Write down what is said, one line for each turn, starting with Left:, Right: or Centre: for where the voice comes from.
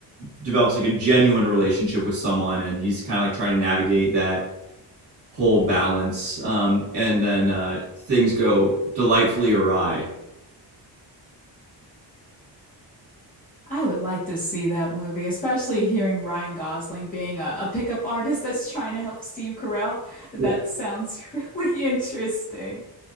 Right: develops like a genuine relationship with someone, and he's kind of like trying to navigate that whole balance. Um, and then uh, things go delightfully awry.
Left: I would like to see that movie, especially hearing Ryan Gosling being a, a pickup artist that's trying to help Steve Carell. That
Right: Yeah.
Left: sounds <laughs> really interesting.